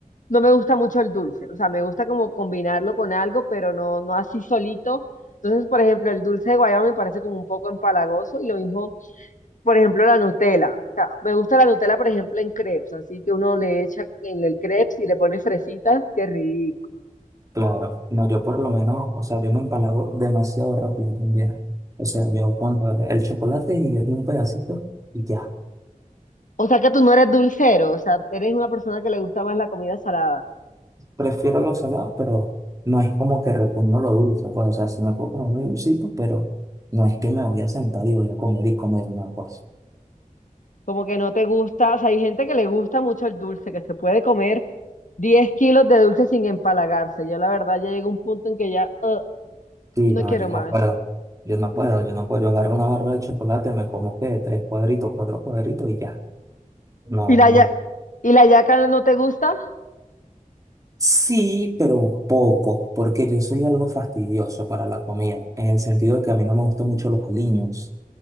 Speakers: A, on the left; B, on the right.
A: no me gusta mucho el dulce. O sea, me gusta como combinarlo con algo, pero no, no así solito. Entonces, por ejemplo, el dulce de guayaba me parece como un poco empalagoso y lo mismo, por ejemplo, la Nutella. O sea, me gusta la Nutella, por ejemplo, en crepes, así que uno le echa en el crepes y le pone fresitas, qué rico.
B: Claro, no, yo por lo menos, o sea, yo me empalago demasiado rápido también. O sea, yo pongo el chocolate y es un pedacito y ya.
A: O sea que tú no eres dulcero, o sea, eres una persona que le gusta más la comida salada.
B: Prefiero lo salado, pero no es como que repugno lo dulce. Pues, o sea, si me puedo comer muy dulcito, pero no es que me voy a sentar y voy a comer y comer una cosa.
A: Como que no te gusta, o sea, hay gente que le gusta mucho el dulce, que se puede comer 10 kilos de dulce sin empalagarse. Yo la verdad ya llega un punto en que ya "Ugh,
B: Sí,
A: no
B: no,
A: quiero
B: yo
A: más.
B: no puedo. Yo no puedo, yo no puedo. Yo agarro una barra de chocolate, me como que tres cuadritos, cuatro cuadritos y ya. No,
A: ¿Y la
B: no
A: ya- y la yaca no te gusta?
B: Sí, pero un poco, porque yo soy algo fastidioso para la comida, en el sentido de que a mí no me gustan mucho los aliños.